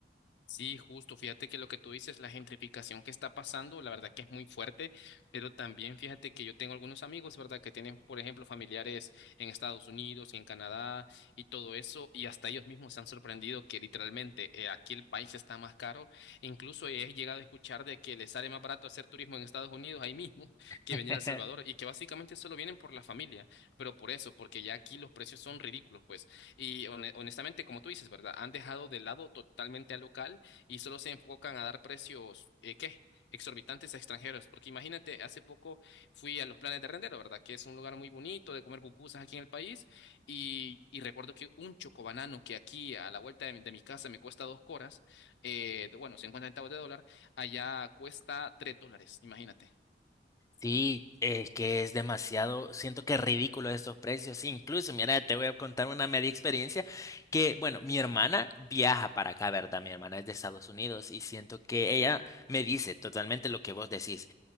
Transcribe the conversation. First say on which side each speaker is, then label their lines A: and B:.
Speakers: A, on the left; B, on the left.
A: Sí, justo. Fíjate que lo que tú dices, la gentrificación que está pasando, la verdad que es muy fuerte, pero también fíjate que yo tengo algunos amigos, ¿verdad? Que tienen, por ejemplo, familiares en Estados Unidos y en Canadá y todo eso, y hasta ellos mismos se han sorprendido que literalmente eh, aquí el país está más caro. Incluso he llegado a escuchar de que les sale más barato hacer turismo en Estados Unidos ahí mismo <laughs> que
B: <laughs>
A: venir a El Salvador y que básicamente solo vienen por la familia, pero por eso, porque ya aquí los precios son ridículos, pues. Y hone- honestamente, como tú dices, ¿verdad? Han dejado de lado totalmente al local y solo se enfocan a dar precios, eh, ¿qué? exorbitantes a extranjeros, porque imagínate, hace poco fui a los Planes de Rendero, ¿verdad? Que es un lugar muy bonito de comer pupusas aquí en el país, y, y recuerdo que un chocobanano que aquí a la vuelta de mi, de mi casa me cuesta dos coras, eh, de- bueno, 50 centavos de dólar, allá cuesta tres dólares, imagínate.
B: Sí, es que es demasiado, siento que es ridículo estos precios. Incluso, mira, te voy a contar una media experiencia que, bueno, mi hermana viaja para acá, ¿verdad? Mi hermana es de Estados Unidos y siento que ella me dice totalmente lo que vos decís.